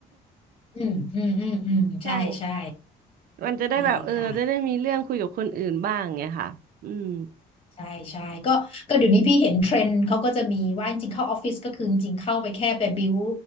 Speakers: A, on the left; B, on the right.
A: อืมอืมอืมอืมใช่ใช่
B: <laughs> ใช่ มันจะได้แบบเออจะได้มีเรื่องคุยกับคนอื่นบ้างไงค่ะอืม
A: ดีค่ะ ใช่ใช่ก็ก็เดี๋ยวนี้พี่เห็นเทรนด์เขาก็จะมีว่าจริงๆเข้าออฟฟิศก็คือจริงๆเข้าไปแค่ไปบิว